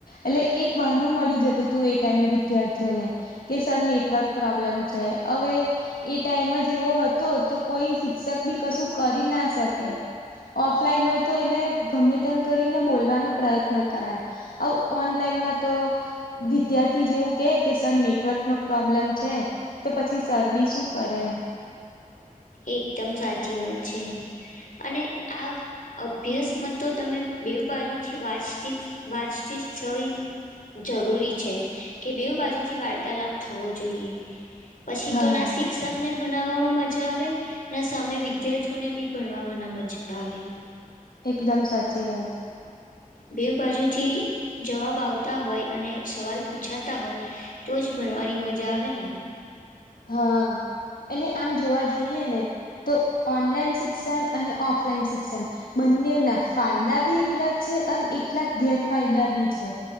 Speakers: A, on the left (about 85°); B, on the left (about 65°).
A: એટલે એક બહા નું મળી જતું હતું એ ટાઈમે વિદ્યાર્થીઓને. કે સર નેટવર્ક પ્રોબ્લેમ છે હવે. ટાઈમ જ એવો હતો તો કોઈ શિક્ષક બી કશું કરી ના શકે. ઓફલાઈન હોય તો એને ગમે તેમ કરીને બોલવાનો પ્રયત્ન કરાય. આવ ઓનલાઈન માં તો વિદ્યાર્થી જેવું કે કે સર નેટવર્ક નો પ્રોબ્લેમ છે, તો પછી સર બી શું કરે.
B: એકદમ સાચી વાત છે, અને આ અભ્યાસમાં તો તમે બે બાજુથી વાંચતી જ વાંચતી જ છવી જરૂરી છે, કે બેવ બાજુથી વાર્તાલાપ થવો જોઈએ. પછી
A: હા
B: તો ના શિક્ષકને ભણાવવામાં મજા આવે. ના સામે વિદ્યાર્થીઓને બી ભણવા ના મજા આવે.
A: એકદમ સાચી વાત.
B: બે બાજુથી જવાબ આવતા હોય અને સવાલ પૂછાતા હોય. તો જ ભણવાની મજા આવે ને.
A: હા, એટલે આમ જોવા જઈએ ને તો ઓનલાઈન શિક્ષણ અને ઓફલાઈન શિક્ષણ, બંને ના ફાયદા બી એટલા અને એટલાક ગેરફાયદા બી છે,